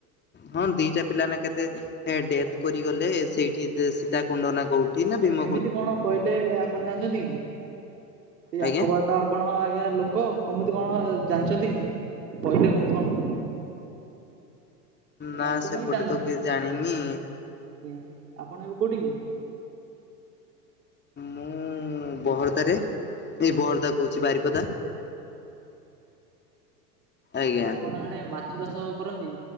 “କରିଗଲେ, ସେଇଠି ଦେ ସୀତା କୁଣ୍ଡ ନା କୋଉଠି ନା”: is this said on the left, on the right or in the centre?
Left